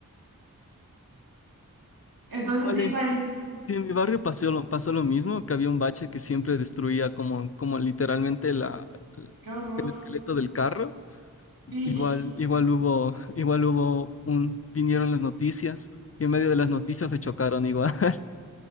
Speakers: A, on the right; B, on the left.
A: Entonces
B: Vale.
A: sí parece,
B: Sí, en mi barrio pasó lo, pasó lo mismo, que había un bache que siempre destruía como, como literalmente la,
A: qué horror.
B: el esqueleto del carro.
A: Y,
B: Igual, igual hubo, igual hubo un, vinieron las noticias y en medio de las noticias se chocaron igual. <laughs>